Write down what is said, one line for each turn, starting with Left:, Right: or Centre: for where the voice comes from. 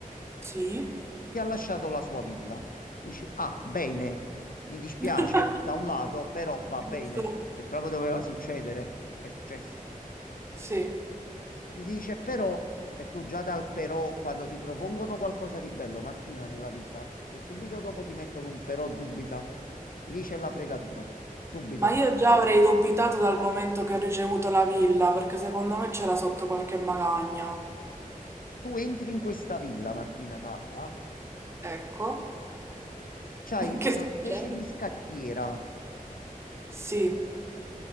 Right: sì,
Left: ti ha lasciato la sua villa. Dici, ah, bene, mi dispiace
Right: <laughs>
Left: da un lato, però va
Right: giusto,
Left: bene. Se proprio doveva succedere, è successo.
Right: sì.
Left: Ti dice, però, e tu già dal però, quando ti propongono qualcosa di bello, Martina, nella vita, se subito dopo ti mettono un però dubita, lì c'è la fregatura. Subito.
Right: Ma io già avrei dubitato dal momento che ho ricevuto la villa, perché secondo me c'era sotto qualche magagna.
Left: Tu entri in questa villa, Martina cara,
Right: Ecco.
Left: c'hai
Right: <laughs>
Left: una
Right: Che succede?
Left: specie di scacchiera
Right: Sì.